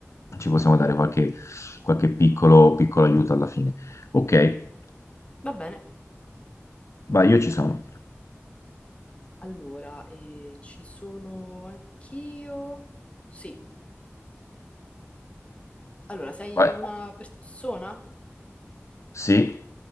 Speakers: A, on the left; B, on the left.
A: ci possiamo dare qualche qualche piccolo, piccolo aiuto alla fine. Ok,
B: Va bene.
A: vai, io ci sono.
B: Allora, eh, ci sono anch'io. Sì. Allora, sei
A: Vai.
B: una persona?
A: Sì,